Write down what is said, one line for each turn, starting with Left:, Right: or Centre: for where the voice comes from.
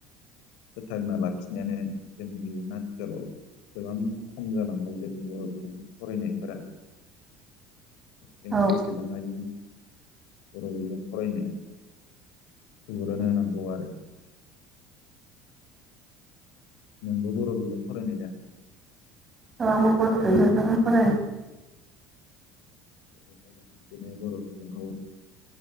Left: फोथांना लाखिनायानो जों बेयावनो आथिखालाव गोबां खम जालांबाय जोंनि बर' बिजों फरायनायफोरा। बेखायनो
Right: औ
Left: जेसेबां हायो बर' बिजों फरायनो सुबुरुन होनांगौ आरो। नोंबो बर' बिजों फरायनाय दा?
Right: औ आंबो बर' बिजों जोंनो फरायनाय।
Left: जोबोद मोजां बिदिनो बर' बिजोंखौ